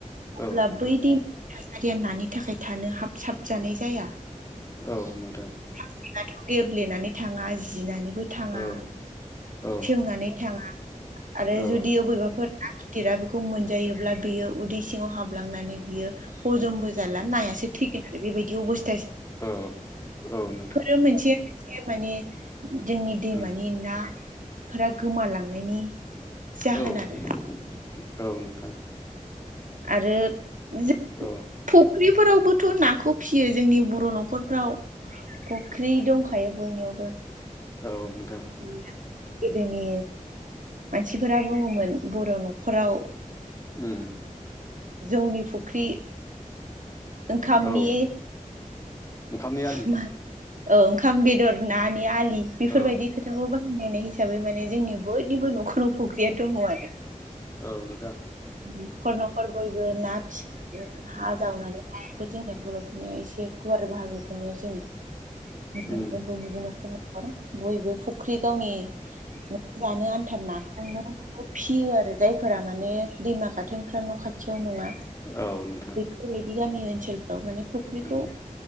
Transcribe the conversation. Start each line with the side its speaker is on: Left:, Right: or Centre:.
Right: अब्ला
Left: औ नोंथां
Right: बै दै थासारिया नानि थाखाय थानो हाब साब जानाय जाया।
Left: औ नोंथां।
Right: <unintelligible> गेब्लेनानै थाङा जिनानैबो थाङा
Left: औ औ
Right: सेवनानै थाङा आरो
Left: औ
Right: जुदि <unintelligible> <unintelligible> बेखौ मोनजायोब्ला बियो उदै सिङाव हाबलांनानै बियो हजमबो जाला नायासो थैगोन आरो बेबायदि अबस
Left: औ औ नोंथां।
Right: आरो मोनसे मोनसे माने जोंनि दैमानि
Left: उम
Right: ना फोरा गोमालांनायनि जाहोन
Left: औ औ
Right: आरो
Left: नोंथां।
Right: आरो <unintelligible>
Left: औ
Right: फुख्रिफोरावबोथ' नाखौ फियो जोंनि बर' न'खरफ्राव। फुख्रि दंखायो बयनियावबो।
Left: औ नोंथां।
Right: <unintelligible> गोदोनि मानसिफोरा बुङोमोन बर' न'खराव
Left: उम।
Right: जौनि फुख्रि ओंखामनि
Left: औ ओंखामनि
Right: <unintelligible>
Left: आलि
Right: औ ओंखाम बेदर नानि आलि बेफोरबायदि
Left: औ
Right: खो थाखौ बायहायनायनाय हिसाबै माने जोंनि बयनिबो न'खराव फुख्रिया दङ आरो
Left: औ नोंथां
Right: नखर न'खर बयबो ना फिसि हा जावनानै हायाबो जोंनि बर'फोरनियाव एसे गुवार बाहागोखौ माने जों <unintelligible>
Left: उम
Right: बयबो फुख्रि गावनि <unintelligible> जानो आन्था नाखौनो फिसियो आरो जायफोरा माने दैमा गाथोन फ्रा न' खाथियाव नङा।
Left: औ नोंथां।
Right: बेफोरबायदि गामि ओनसोलफ्राव माने फुख्रिखौ
Left: उम